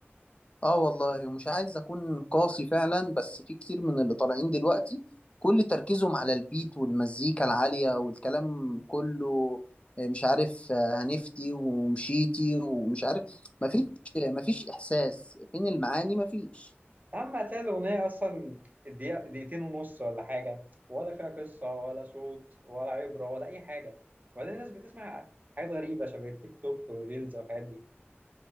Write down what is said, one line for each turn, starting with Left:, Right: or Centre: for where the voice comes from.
Left: اه والله ومش عايز اكون قاسي فعلا بس في كتير من اللي طالعين دلوقتي كل تركيزهم على البيت والمزيكا العاليه والكلام كله آه، مش عارف آه، هنفتي ومشيتي ومش عارف مفيش مفيش احساس فين المعاني مفيش
Right: أما هتلاقي الأغنية أصلا دقيقة دقيقتين ونص ولا حاجة ولا فيها قصة ولا صوت ولا عبرة ولا أي حاجة وبعدين الناس بتسمع حاجات غريبة شبه التيك توك والريلز والحاجات دي